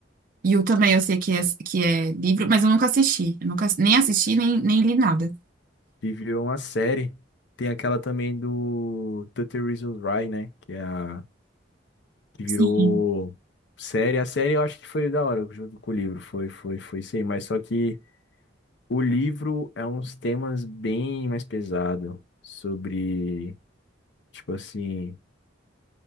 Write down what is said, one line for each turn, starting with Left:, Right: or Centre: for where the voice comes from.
Right: E o também eu sei que é, que é livro, mas eu nunca assisti. Eu nunca, nem assisti, nem, nem li nada.
Left: que virou uma série. Tem aquela também do 30 Reasons Why, né? Que, é a, que virou
Right: Sim.
Left: série. A série eu acho que foi da hora, junto com o livro. Foi, foi, foi sim. Mas só que o livro é uns temas bem mais pesados. Sobre, tipo assim.